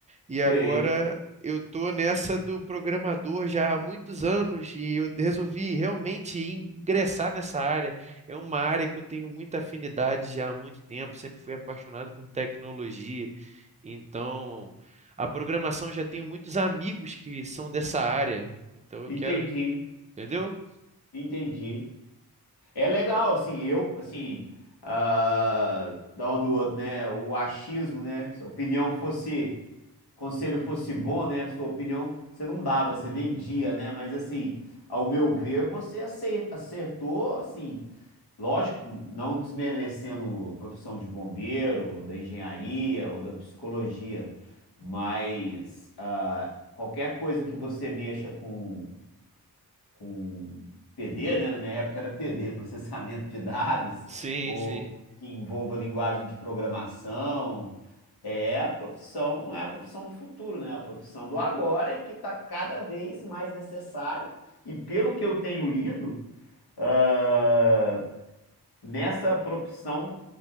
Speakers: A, on the right (about 20°); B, on the left (about 85°).
A: e
B: Sei,
A: agora eu tô nessa do programador já há muitos anos e eu resolvi realmente ingressar nessa área. É uma área que eu tenho muita afinidade já há muito tempo, sempre fui apaixonado por tecnologia. Então, a programação já tenho muitos amigos que são dessa área. Então eu
B: entendi,
A: quero, entendeu?
B: entendi. É legal, assim, eu, assim, ah, da um do outro, né? O achismo, né? Se a opinião fosse, conselho fosse bom, né? Sua opinião você não dava, você vendia, né? Mas, assim, ao meu ver, você acer- acertou, assim, lógico, não desmerecendo a profissão de bombeiro, da engenharia ou da psicologia, mas ah, qualquer coisa que você mexa com com PD, né? Na minha época era PD, <laughs> processamento de dados,
A: Sim,
B: ou
A: sim,
B: que envolva linguagem de programação. É a profissão, não é a profissão do futuro, né? É a profissão do agora e que está cada vez mais necessário. E pelo que eu tenho lido, ah, nessa profissão